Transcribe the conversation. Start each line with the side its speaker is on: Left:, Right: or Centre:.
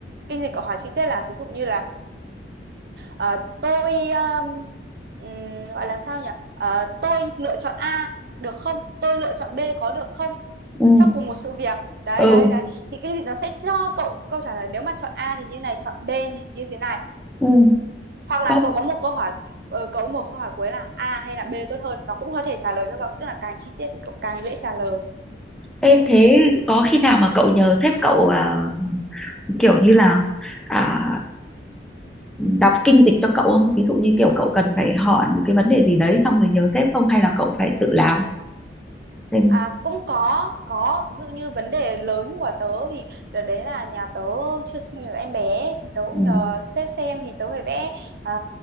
Right: kinh dịch cậu hỏi chi tiết là ví dụ như là Ờ, tôi um, ừm, gọi là sao nhỉ? Ờ, tôi lựa chọn A được không? Tôi lựa chọn B có được không?
Centre: Ừ.
Right: Trong cùng một sự việc. Đấy
Centre: ừ
Right: đấy đấy. Thì cái gì nó sẽ cho cậu câu trả lời nếu mà chọn A thì như này, chọn B như, như thế này.
Centre: ừ.
Right: Hoặc là
Centre: không
Right: cậu có một câu hỏi ờ, cậu có một câu hỏi cuối là A hay là B tốt hơn, nó cũng có thể trả lời cho cậu, tức là càng chi tiết thì cậu càng dễ trả lời.
Centre: Ê, thế có khi nào mà cậu nhờ sếp cậu à, kiểu như là à, đọc kinh dịch cho cậu không ví dụ như kiểu cậu cần phải hỏi một cái vấn đề gì đấy xong rồi nhờ sếp không hay là cậu phải tự làm Nên-
Right: À, cũng có có ví dụ như vấn đề lớn của tớ thì đợt đấy là nhà tớ chưa sinh được em bé thì tớ cũng
Centre: ừ,
Right: nhờ sếp xem thì tớ phải vẽ ờ,